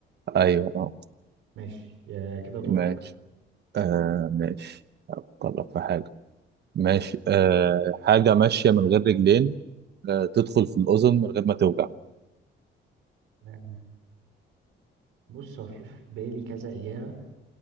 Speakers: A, on the right (about 55°); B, on the right (about 85°).
A: ايوه اه
B: ماشي يا كده دورك
A: ماشي آه ماشي افكر لك في حاجة ماشي أه حاجة ماشية من غير رجلين أه تدخل في الأذن من غير ما توجع
B: آه، بص هو في في بالي كذا إجابة